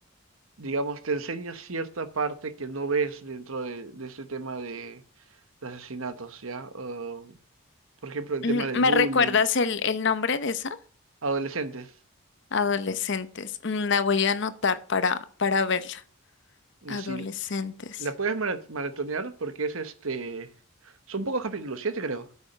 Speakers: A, on the right; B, on the left.
A: digamos, te enseña cierta parte que no ves dentro de, de este tema de, de asesinatos, ¿ya? O, por ejemplo, el
B: Mm,
A: tema del
B: ¿Me
A: bullying,
B: recuerdas el, el nombre de esa?
A: adolescentes.
B: Adolescentes. Mm, La voy a anotar para, para verla.
A: Y
B: Adolescentes.
A: si la puedes mara- maratonear, porque es este, son pocos capítulos, siete creo,